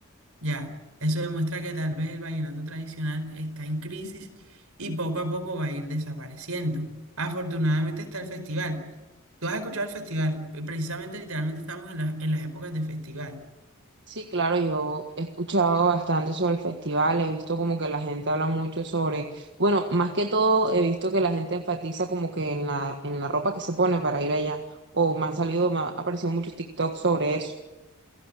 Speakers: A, on the right; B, on the right.
A: Ya, eso demuestra que tal vez el vallenato tradicional está en crisis y poco a poco va a ir desapareciendo. Afortunadamente está el festival. Tú has escuchado el festival, y precisamente literalmente estamos en, la- en las épocas de festival.
B: Sí, claro, yo he escuchado bastante sobre el festival, he visto como que la gente habla mucho sobre, bueno, más que todo he visto que la gente enfatiza como que en la, en la ropa que se pone para ir allá, o me han salido, me han aparecido muchos TikToks sobre eso.